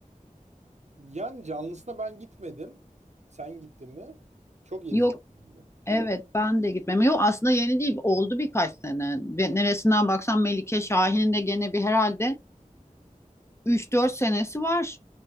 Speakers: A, on the right; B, on the left.
A: Yani canlısına ben gitmedim. Sen gittin mi? Çok yeni
B: Yok,
A: zaten. herhalde.
B: evet ben de gitmem. Yok aslında yeni değil. Oldu birkaç sene. Ve Neresinden baksan Melike Şahin'in de gene bir herhalde üç dört senesi var